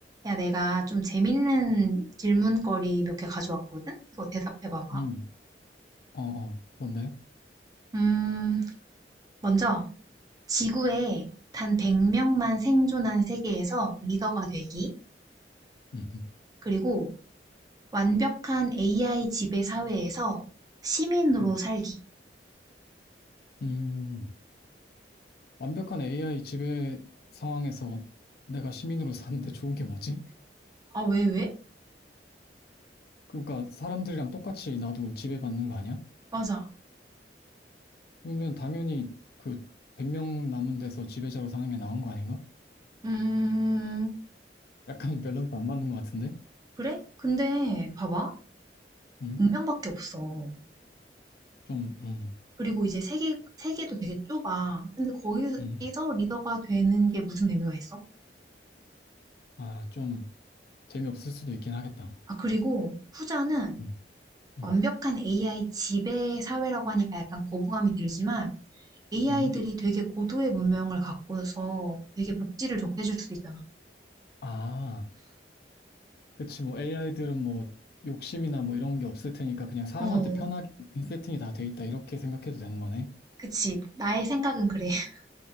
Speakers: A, on the right; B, on the left.
A: 야, 내가 좀 재밌는 질문거리 몇 개 가져왔거든? 이거 대답해봐봐.
B: 음, 어, 어, 뭔데?
A: 음, 먼저, 지구에 단 100명만 생존한 세계에서 리더가 되기,
B: 음, 음,
A: 그리고 완벽한 AI 지배 사회에서 시민으로
B: 음.
A: 살기.
B: 음, 완벽한 AI 지배 상황에서 내가 시민으로 사는데 좋은 게 뭐지?
A: 아, 왜, 왜?
B: 그러니까 사람들이랑 똑같이 나도 지배받는 거 아니야?
A: 맞아.
B: 그러면 당연히 그 100명 남은 데서 지배자로 사는 게 나은 거 아닌가?
A: 음,
B: 약간 <laughs> 밸런스 안 맞는 것 같은데?
A: 그래? 근데, 봐봐.
B: 음,
A: 100명밖에 없어.
B: 좀, 음,
A: 그리고 이제 세계, 세계도 되게 좁아. 근데 거기서
B: 음,
A: 리더가 되는 게 무슨 의미가 있어?
B: 아, 좀 재미없을 수도 있긴 하겠다.
A: 아, 그리고 후자는
B: 음, 음,
A: 완벽한 AI 지배 사회라고 하니까 약간 거부감이 들지만 AI들이
B: 음.
A: 되게 고도의 문명을 갖고서 되게 복지를 좋게 해줄 수도 있잖아.
B: 아. 그치, 뭐 AI들은 뭐 욕심이나 뭐 이런 게 없을 테니까 그냥 사람한테
A: 어,
B: 편하게 세팅이 다 돼 있다 이렇게 생각해도 되는 거네.
A: 그치. 나의 생각은 그래. <laughs>